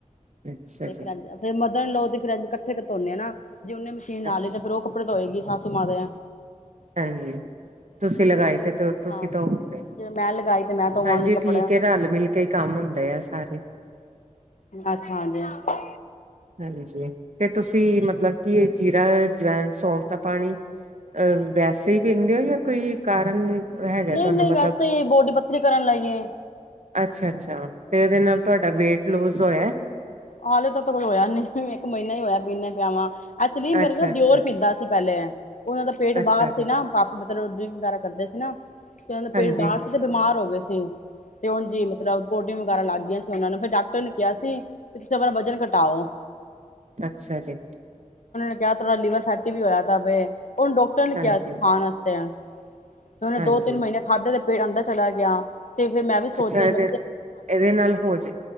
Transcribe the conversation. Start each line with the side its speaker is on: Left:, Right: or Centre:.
Right: ਅੱਛਾ
Left: ਤੇ
Right: ਜੀ,
Left: ਫਿਰ ਫਰ ਮਧਣ ਲਓ ਤੇ ਫਿਰ ਇ ਇਕੱਠੇ ਧੋਨੇ ਨਾ ਜੇ ਉਹਨੇ ਮਸ਼ੀਨ ਲਾਲਿ
Right: ਅੱਛ
Left: ਤੇ ਫਿਰ ਉਹ ਕੱਪੜੇੋ ਧੋਈ ਗੀ ਸਸੂ ਮ ਦੇ ਆ
Right: ਹਾਂਜੀ ਤੁਸੀਂ ਲਗਾਈ
Left: ਮਸ਼ੀਨ
Right: ਤੇ ਤੁਸੀਂ
Left: ਹਾਂ
Right: ਤੌਹੋ ਗੇ
Left: ਜੇ ਮੈਂ ਲਗਾਈ ਤੇ ਮੈਂ ਧੋਵਾਂਗੀ
Right: ਹਾਂਜੀ
Left: ਕੱਪੜੇ।
Right: ਠੀਕਏ ਰਲ ਮਿਲ ਕੇ ਹੀ ਕੰਮ ਹੁੰਦੇ ਆ ਸਾਰੇ
Left: ਅੱਛਾ ਜੇ <inaudible>
Right: ਹਾਂਜੀ ਤੇ ਤੁਸੀਂ ਮਤਲਬ ਕਿ ਇਹ ਜੀਰਾ ਜਵੈਨ ਸੌਂਫ ਦਾ ਪਾਣੀ ਅਹ ਵੈਸੇ ਹੀ ਪੀਂਦੇ ਹੋ ਜਾਂ ਕੋਈ ਕਾਰਨ ਹੈਗਾ
Left: ਨਹੀਂ
Right: ਤੁਹਾਨੂੰ
Left: ਨਹੀਂ
Right: ਮਤਲਬ
Left: ਵੈਸੇ ਹੀ ਬੋਡੀ ਪੱਤਰੀ ਕਰਨ ਲਾਈਏ
Right: ਅੱਛਾ, ਅੱਛਾ ਤੇ ਇਹਦੇ ਨਾਲ ਤੁਹਾਡਾ ਵੇਟ ਲੂਜ ਹੋਇਆ
Left: ਹਾਲੇ ਤਾਂ ਕੁਝ ਹੋਇਆ ਨੀ ਇੱਕ ਮਹੀਨਾ ਈ ਹੋਇਆ ਪੀਨੇ ਪਿਆਵਾਂ ਐਚੁਲੀ ਮੇਰੇ
Right: ਅੱਛਾ,
Left: ਨਾ
Right: ਅੱਛਾ।
Left: ਦਿਓਰ ਪੀਂਦਾ ਸੀ ਪੇਲੇ ਉਹਨਾਂ ਦਾ ਪੇਟ
Right: ਅੱਛਾ
Left: ਬਾਹਰ
Right: ਜੀ,
Left: ਸੀ ਨਾ ਕਾਫੀ ਮਤਲਬ ਡਰਿੰਕ ਵਗੈਰਾ ਕਰਦੇ ਸੀ ਨਾ ਤੇ ਉਹਨਾਂ ਦਾ
Right: ਹਾਂਜੀ,
Left: ਪੇਟ ਬਾਹਰ ਸੀ ਤੇ ਬਿਮਾਰ ਹੋ ਗਏ ਸੀ ਤੇ ਹੁਣ ਜੀ ਮਤਲਬ ਵਗੈਰਾ ਲੱਗ ਗਈਆਂ ਸੀ ਉਹਨਾਂ ਨੂੰ ਫਿਰ ਡਾਕਟਰ ਨੇ ਕਿਹਾ ਸੀ ਤੇ ਤੁਸੀ ਆਪਣਾ ਵਜਨ ਘ ਟਓ
Right: ਅੱਛਾ ਜੀ
Left: ਕਿਹਾ ਥੋੜਾ ਲੀਵਰ ਫੈਂਟੀ ਵੀ ਹੋਇਆ ਦਾ ਵੇ ਉਹਨੂੰ ਡਾਕਟਰ ਨੇ
Right: ਹਾਂਜੀ।
Left: ਕਿਹਾ ਸੀ। ਖਾਣ ਵਾਸਤੇ ਤੇ ਉਹਨੇ
Right: ਹਾਂਜੀ
Left: ਦੋ-ਤਿੰਨ ਮਹੀਨੇ ਖਾਧੇ ਦੇ ਪੇਟ ਅੰਦਰ ਚਲਾ ਗਿਆ। ਤੇ ਫੇਰ ਮੈਂ ਵੀ ਸੋਚਿਆ
Right: ਅੱਛਾ ਇਹਦੇ
Left: ਮ
Right: ਇਹਦੇ ਨਾਲ ਹੋ ਜੇ